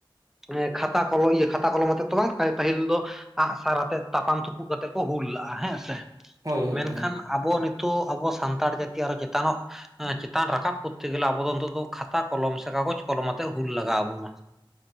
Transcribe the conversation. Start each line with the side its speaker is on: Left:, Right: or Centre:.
Centre: ᱮ ᱠᱷᱟᱛᱟ ᱠᱚᱞᱚᱢ ᱤᱭᱟᱹ ᱠᱷᱟᱛᱟ ᱠᱚᱞᱚᱢ ᱟᱛᱮᱜ ᱫᱚ ᱵᱟᱝ ᱯᱟᱹᱦᱤᱞ ᱫᱚᱼᱼ ᱟᱜ ᱥᱟᱨ ᱟᱛᱮᱜ ᱛᱟᱯᱟᱢ ᱛᱩᱯᱩᱜ ᱠᱟᱛᱮᱜ ᱠᱚ ᱦᱩᱞ ᱞᱟᱜᱼᱟ ᱦᱮᱸ ᱥᱮ᱾
Right: ᱦᱳᱭ ᱦᱳᱭ
Centre: ᱢᱮᱱᱠᱷᱟᱱ
Right: ᱦᱳᱭ᱾
Centre: ᱟᱵᱚ ᱱᱤᱛᱚᱜ ᱟᱵᱚ ᱥᱟᱱᱛᱟᱲ ᱡᱟᱛᱤ ᱟᱨᱚ ᱪᱮᱛᱟᱱᱚᱜᱼᱼ ᱪᱮᱛᱟᱱ ᱨᱟᱠᱟᱵ ᱠᱚᱨᱛᱮ ᱜᱮᱞᱮ ᱟᱵᱚ ᱫᱚ ᱱᱤᱛᱚᱜ ᱫᱚ ᱠᱷᱟᱛᱟ ᱠᱚᱞᱚᱢ ᱥᱮ ᱠᱟᱜᱚᱡᱽ ᱠᱚᱞᱚᱢ ᱟᱛᱮᱜ ᱦᱩᱞ ᱞᱟᱜᱟᱣ ᱟᱵᱚᱱᱟᱼᱼ